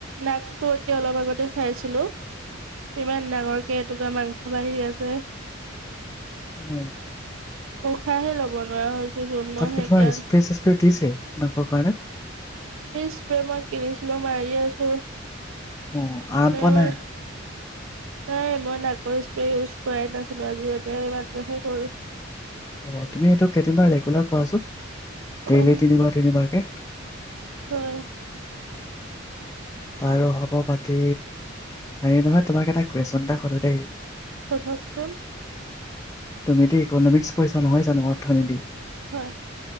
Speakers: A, on the right; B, on the left.
A: নাকটো এতিয়া অলপ আগতে চাইছিলো, ইমান ডাঙৰ কে এটুকুৰা মাংস বাঢ়ি আছে।
B: উম',।
A: উশাহে ল'ব নোৱাৰা হৈছো। চোন মই
B: তাত কি
A: সেইকাৰ
B: তোমাৰ স্প্ৰে চিচপ্ৰে দিছে নাকৰ কাৰণে?
A: স্প্ৰে মই কিনিছিলো মাৰি আছো।
B: অ', আৰাম
A: মানে
B: পোৱা
A: আমাৰ
B: নাই।
A: নাই মই নাকৰ স্প্ৰে ইউজ কৰাই নাছিলো, আজি এতিয়া এইমাত্ৰ হে কৰিছো।
B: অ', তুমি এইটো কেইদিনমান ৰেগুলাৰ কৰাচোন। ডেইলি
A: অহ
B: তিনিবাৰ তিনিবাৰকে।
A: হয়
B: বাৰু হ'ব বাকী, হেৰি নহয় তোমাক এটা কুৱেচন এটা সুধো দেই,
A: সোধকচোন
B: তুমিতো ইকনমিক্স পঢ়িছা নহয় জানো অৰ্থনীতি?
A: হয়